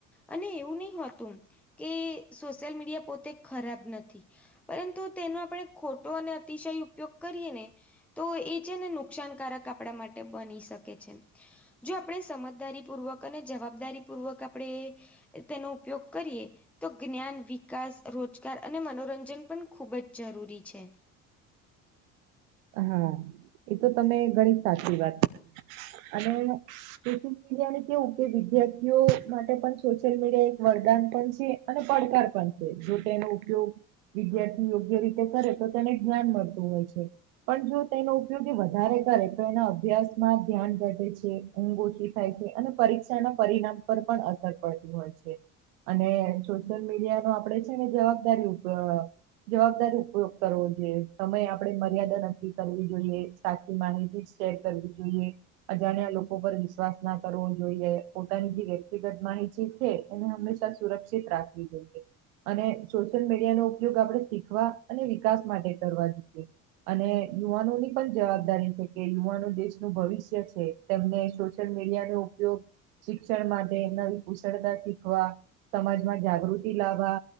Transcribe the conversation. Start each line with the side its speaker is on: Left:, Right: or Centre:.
Centre: અને એવું નય હોતું કે સોશિયલ મીડિયા પોતે ખરાબ નથી પરંતુ તેનો આપણે ખોટો અને અતિશય ઉપયોગ કરીએ ને તો એ છે ને નુકસાનકારક આપણા માટે બની શકે છે. જો આપણે સમજદારી પૂર્વક અને જવાબદારી પૂર્વક આપણે તેનો ઉપયોગ કરીએ તો જ્ઞાન વિકાસ રોજગાર અને મનોરંજન પણ ખૂબ જ જરૂરી છે.
Right: હા એતો તમે ઘણી સાચી વાત અને સોશિયલ મીડિયા ને કેવું કે વિદ્યાર્થીઓ માટે પણ સોશિયલ મીડિયા એક વરદાન પણ છે. અને પડકાર પણ છે જો તેનો ઉપયોગ વિદ્યાર્થી યોગ્ય રીતે કરે તો તેને જ્ઞાન મળતું હોય છે. પણ જો તેનો ઉપયોગ એ વધારે કરે તો એના અભ્યાસમાં ધ્યાન ઘટેે છે. ઊંઘ ઓછી થાય છે અને પરીક્ષાના પર પણ અસર પડતી હોય છે. અને સોશિયલ મીડિયા નો આપડે છે ને જવાબદારી ઉપર જવાબદારી ઉપયોગ કરવો જોઈએ સમય આપડે મર્યાદા કર જોઈએ સાચી માહિતી જ શેર કરવી જોઈએ અજાણ્યા લોકો પર વિશ્વાસ ના કરવો જોઈએ પોતાની જે વ્યક્તિગત માહિતી છે. એને હંમેશા સુરક્ષિત રાખવી જોઈએ અને સોશિયલ મીડિયા નો ઉપયોગ આપણે શીખવા અને વિકાસ માટે કરવા જોઈએ. અને યુવાનો ની પણ જવાબદારી છે કે યુવાનો દેશનું ભવિષ્ય છે તેમને સોશિયલ મીડિયાનું ઉપયોગ શિક્ષણ માટે નવી કુશળતા શીખવા સમાજમાં જાગૃતિ લાવા